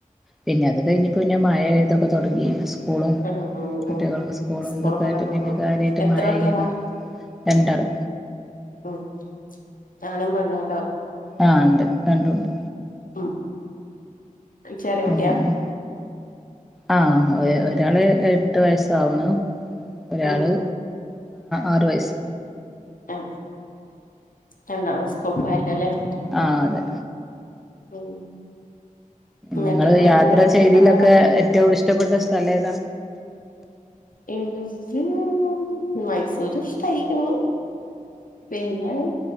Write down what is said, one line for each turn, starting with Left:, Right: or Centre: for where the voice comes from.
Centre: പിന്നെ അത് കഴിഞ്ഞപ്പോ പിന്നെ മഴയിതൊക്കെ തുടങ്ങി സ് സ്കൂളും
Left: ഉം ഉം
Centre: കുട്ടികൾക്ക്
Left: ഉം
Centre: സ്കൂളും
Left: സ്കൂളൊക്കെ
Centre: ഇതൊക്കെ ആയിട്ട്
Left: തൊറക്കും
Centre: പിന്നെ കാര്യായിട്ട്
Left: എത്ര
Centre: മഴയിതൊക്കെ
Left: കുട്ടികളാ
Centre: രണ്ടാള്
Left: ഉം ആണും പെണ്ണും
Centre: ആ ഉണ്ട് രണ്ടു ഉണ്ട്
Left: ഉം ചെറിയ
Centre: പിന്നെ
Left: കുട്ടിയ
Centre: ആ ഒരഒരാള് എട്ടു വയസ്സാവണു ഒരാള്
Left: ഉം
Centre: അആറു വയസ്
Left: ആ രണ്ടാളും സ്കൂ <unintelligible>
Centre: ആ അതെ
Left: ഉം
Centre: നിങ്ങള്
Left: എന്നിട്ട് വീട്ടിലാരൊക്കെണ്ട്
Centre: യാത്ര ചെയ്തിയിലൊക്കെ
Left: വേറെ
Centre: ഏറ്റവും ഇഷ്ടപ്പെട്ട സ്ഥലം ഏതാ
Left: എനിക്ക് മൈസൂര് ഇഷ്ടായിക്ക്ണു പിന്നെ